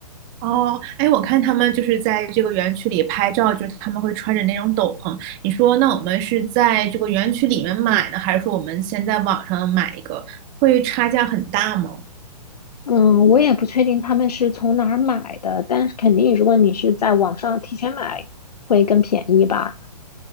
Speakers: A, on the right; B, on the left.
A: 哦，哎，我看他们就是在这个园区里拍照，就是他们会穿着那种斗篷。你说，那我们是在这个园区里面买呢，还是说我们先在网上买一个，会差价很大吗？
B: 嗯，我也不确定他们是从哪儿买的，但是肯定如果你是在网上提前买，会更便宜吧。